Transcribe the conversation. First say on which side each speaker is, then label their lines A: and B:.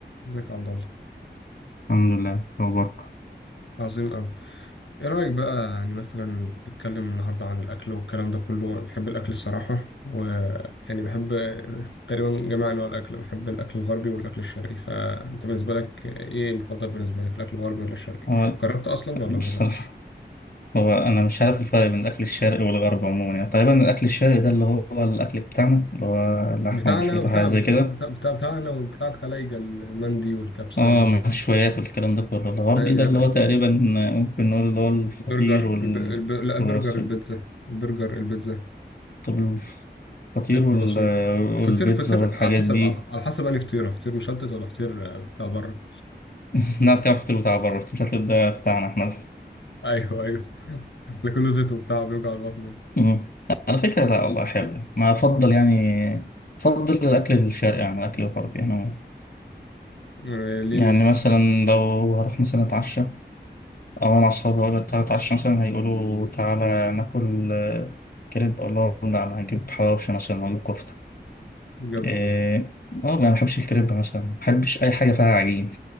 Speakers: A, on the left; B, on the left.
A: ازيك يا عبد الله
B: الحمد لله أخبارك
A: عظيم أوي إيه رأيك بقى يعني مثلا نتكلم النهاردة عن الأكل والكلام ده كله أنا بحب الأكل الصراحة ويعني بحب تقريبا جميع أنواع الأكل بحب الأكل الغربي والأكل الشرقي فأنت بالنسبة لك إيه مفضل بالنسبة لك الأكل الغربي ولا الشرقي
B: هو
A: جربت أصلا ولا
B: بصراحة
A: ما جربتش
B: هو أنا مش عارف الفرق بين الأكل الشرقي والغربي عموما يعني تقريبا الأكل الشرقي ده اللي هو الأكل بتاعنا اللي هو اللحمة
A: بتاعنا
B: ومشويات
A: وبتاع
B: وحاجات
A: بتاع
B: زي كده
A: بتاع بتاعنا وبتاع الخلايجة المندي والكبسة
B: اه مشويات والكلام ده كله الغربي
A: والحاجات
B: ده اللي هو تقريبا ممكن نقول اللي هو الفطير
A: البرجر
B: والكرواسون
A: الب... الب... لا البرجر البيتزا البرجر البيتزا
B: طب الفطير
A: الكرواسون
B: وال...
A: الفطير
B: والبيتزا
A: فطير
B: والحاجات
A: على حسب
B: دي
A: على على حسب انهي فطيره فطير مشلتت ولا فطير آه، بتاع بره
B: <laughs> نعرف كام فطير بتاع بره بس مش هتلاقي ده بتاعنا احنا
A: ايوه ايوه <laughs> ده كله زيت وبتاع بيوجع البطن
B: مم. على فكرة لا والله حلو يعني. ما أفضل يعني أفضل الأكل الشرقي عن الأكل الغربي أنا
A: آه، ليه
B: يعني
A: مثلا
B: مثلا لو هروح مثلا أتعشى أو أنا مع أصحابي أقول تعالى أتعشى مثلا هيقولوا تعالى ناكل آه، كريب أقول لهم لا أنا هجيب حواوشي مثلا وأجيب كفتة
A: بجد
B: إيه،
A: والله
B: أه ما بحبش الكريب مثلا ما بحبش أي حاجة فيها عجين